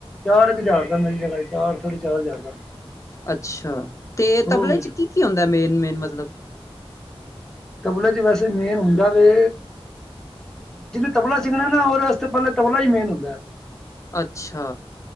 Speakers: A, in the centre; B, on the left (about 30°).
A: ਚਾਰ ਕੇ ਹਜ਼ਾਰ ਦਾ ਮਿਲ ਜਾਏਗਾ ਚਾਰ-ਸਾਢੇ ਚਾਰ ਹਜ਼ਾਰ ਦਾ।
B: ਅੱਛਾ ਤੇ ਤਬਲੇ
A: ਉਹ
B: ਚ ਕੀ-ਕੀ ਹੁੰਂਦਾ ਮੇਨ-ਮੇਨ ਮਤਲਬ
A: ਤਬਲੇ ਚ ਵੈਸੇ ਮੇਨ ਹੁੰਦਾ ਵੇ ਜਿਨੇ ਤਬਲਾ ਸਿੱਖਣਾ ਨਾ ਉਹਦੇ ਵਾਸਤੇ ਪਹਿਲੇ ਤਬਲਾ ਹੀ ਮੇਨ ਹੁੰਦਾ।
B: ਅੱਛਾ,